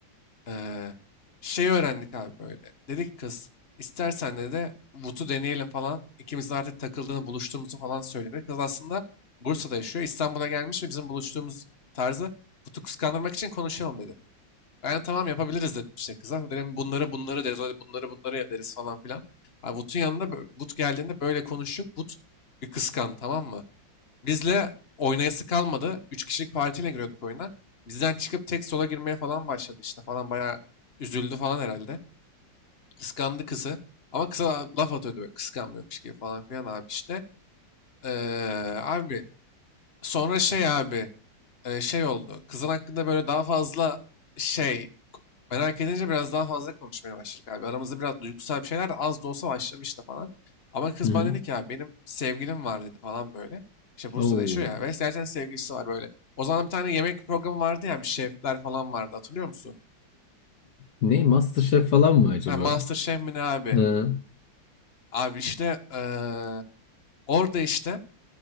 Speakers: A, on the left (about 35°); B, on the left (about 65°).
A: Ee, şey öğrendik abi böyle. Dedi ki kız istersen de Vut'u deneyelim falan. İkimizin artık takıldığını, buluştuğumuzu falan söyledi. Kız aslında Bursa'da yaşıyor. İstanbul'a gelmiş ve bizim buluştuğumuz tarzı Vut'u kıskandırmak için konuşalım dedi. Ben de tamam yapabiliriz dedim işte kıza. Dedim bunları bunları deriz. öyle Bunları bunları deriz falan filan. Abi Vut'un yanında bö- Vut geldiğinde böyle konuştuk. Vut bir kıskandı tamam mı? Bizle oynayası kalmadı. Üç kişilik partiyle giriyorduk oyuna. Bizden çıkıp tek sola girmeye falan başladı işte falan bayağı üzüldü falan herhalde. Kıskandı kızı. Ama kıza laf atıyordu böyle kıskanmıyormuş gibi falan filan abi işte. Ee, abi sonra şey abi e, şey oldu. Kızın hakkında böyle daha fazla şey ko- merak edince biraz daha fazla konuşmaya başladık abi. Aramızda biraz duygusal bir şeyler de az da olsa başlamıştı falan. Ama kız
B: Hı hı.
A: bana dedi ki ya benim sevgilim var dedi falan böyle. İşte Bursa'da
B: Oo.
A: yaşıyor ya ve zaten sevgilisi var böyle. O zaman bir tane yemek programı vardı ya bir şefler falan vardı hatırlıyor musun?
B: Ne MasterChef falan mı acaba?
A: Ha, Master Chef mi ne abi?
B: Hı.
A: Abi işte eee, orada işte